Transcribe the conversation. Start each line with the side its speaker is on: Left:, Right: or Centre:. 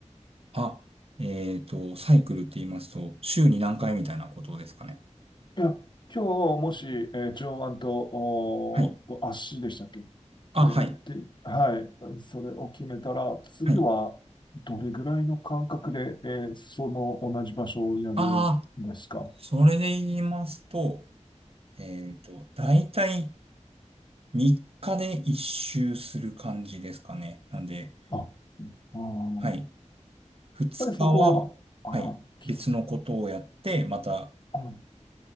Right: あ、えっと、サイクルって言いますと、週に何回みたいなことですかね。
Left: いや、今日もし、えー上腕と、おーと足でしたっけ
Right: はい。あ、
Left: えーで、
Right: はい。
Left: はい、それを決めたら、次はどれぐらいの間隔で、
Right: はい。
Left: えーその同じ場所をやるんですかはい。
Right: あそれで言いますと、えっと、だいたい3日で一周する感じですかね。なんで、
Left: あ、あー、やっ
Right: はい。2日は、
Left: ぱりそこは、
Right: はい。
Left: あー、
Right: 別のことをやって、また、
Left: あー、